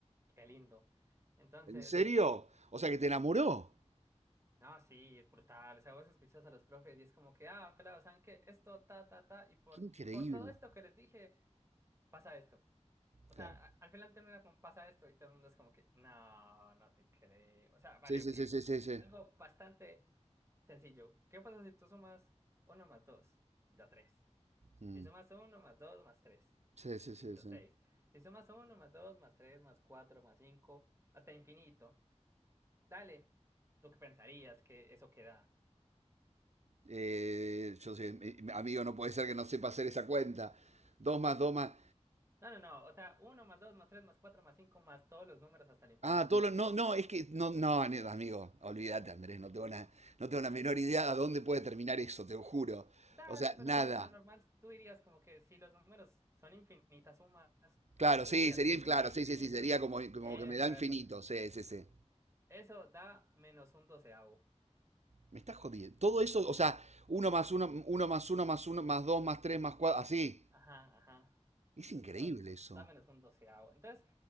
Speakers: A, on the right; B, on the right.
A: qué lindo. Entonces...
B: ¿En serio? O sea, que te enamoró.
A: No, sí, es brutal. O sea, vos escuchas a los profes y es como que, ah, pelado, ¿saben qué? Esto, ta, ta, ta, y por,
B: Qué increíble.
A: por todo esto que les dije, pasa esto. O sea,
B: Claro.
A: a- al final termina con pasa esto y todo el mundo es como que, no, no te creo. O sea, vale,
B: Sí, sí,
A: ok.
B: sí, sí, sí, sí.
A: Algo bastante sencillo. ¿Qué pasa si tú sumas uno más dos Da tres
B: Mm,
A: Si sumas uno más 2 más tres
B: sí, sí,
A: Listo,
B: sí, sí.
A: seis Si sumas uno más 2 más 3 más 4 más 5 hasta infinito. Dale, ¿tú qué pensarías que eso queda?
B: Eh, yo soy, eh, amigo, no puede ser que no sepa hacer esa cuenta. Dos más dos más.
A: No, no, no, o sea, uno más 2 más 3 más 4 más 5 más todos los números hasta el infinito.
B: Ah, todo lo- No, no, es que. No, no, ne- amigo, olvídate, Andrés, no tengo la, no tengo la menor idea a dónde puede terminar eso, te lo juro.
A: Dale,
B: O sea,
A: pero
B: nada.
A: lo normal, tú dirías como que si los números son infinitas sumas,
B: Claro,
A: tú
B: sí,
A: dirías
B: sería,
A: que eso
B: claro,
A: da infinito.
B: sí, sí, sí, sería como, como
A: Eh,
B: que me
A: epa,
B: da infinito,
A: epa.
B: sí, sí, sí.
A: Eso da menos un doceavo.
B: Me estás jodiendo. Todo eso, o sea, uno más uno, uno más uno más uno más dos más tres más cuatro, así.
A: Ajá, ajá.
B: Es increíble
A: Eso
B: eso.
A: da menos un doceavo. Entonces,